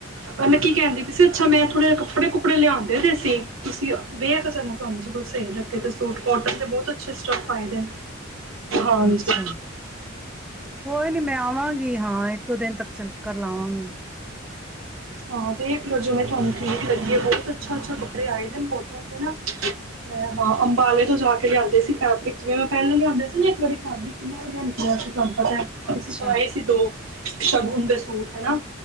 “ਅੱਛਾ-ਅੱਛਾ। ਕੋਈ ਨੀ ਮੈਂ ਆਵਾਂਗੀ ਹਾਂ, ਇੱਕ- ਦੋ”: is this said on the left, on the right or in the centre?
Centre